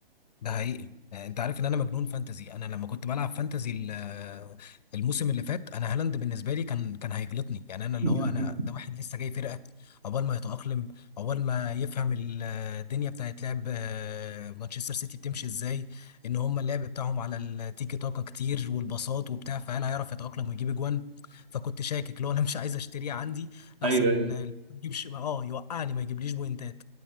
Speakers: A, on the left (about 45°); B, on the right (about 35°).
A: ده حقيقي آه، انت عارف ان انا مجنون فانتزي انا لما كنت بلعب فانتزي ال- آه، الموسم اللي فات انا هالاند بالنسبه لي كان كان هيجلطني يعني انا اللي
B: <laughs>
A: هو انا ده واحد لسه جاي فرقه عقبال ما يتاقلم عقبال ما يفهم ال- آه، الدنيا بتاعت لعب آه، مانشستر سيتي بتمشي ازاي ان هم اللعب بتاعهم على التيكي تاكا كتير والباصات وبتاع فهل هيعرف يتاقلم ويجيب اجوان فكنت شاكك لو انا مش عايز اشتريه عندي لحسن
B: ايوه ايوه
A: ما يجيبش اه يوقعني ما يجيبليش بوينتات